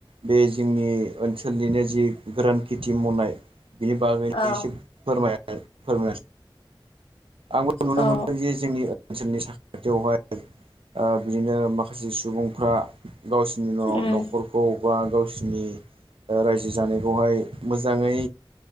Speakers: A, on the right; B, on the left.
A: बे जोंनि ओनसोलनिनो जि गोरान खेथि मावनाय बिनि बागैनो
B: औ
A: एसे फोरमाय फोरमाय आंबो नुनो
B: औ
A: मोनदों जे जोंनि ओनसोलनि साखाथियावहाय बिदिनो माखासे सुबुंफ्रा गावसोरनि न'आव
B: उम
A: नखरखौ बा गावसिनि रायजो जानायखौहाय मोजाङै